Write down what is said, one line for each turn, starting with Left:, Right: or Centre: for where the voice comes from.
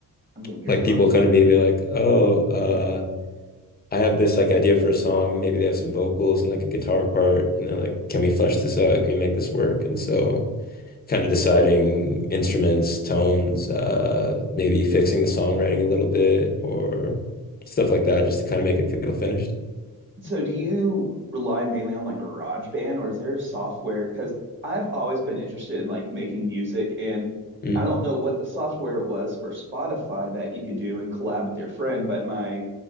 Right: I'm getting goosebumps
Left: like people come
Right: for
Left: to
Right: you.
Left: me and be like, "Oh, uh I have this like idea for a song. Maybe they have some vocals and like a guitar part and they're like, "Can we flesh this out? Can we make this work?" And so kind of deciding instruments, tones, uh maybe fixing the songwriting a little bit or stuff like that just to kind of make it feel finished.
Right: So do you rely mainly on like GarageBand or is there software? Because I've always been interested in like making music and
Left: Mm.
Right: I don't know what the software it was for Spotify that you could do and collab with your friend, but my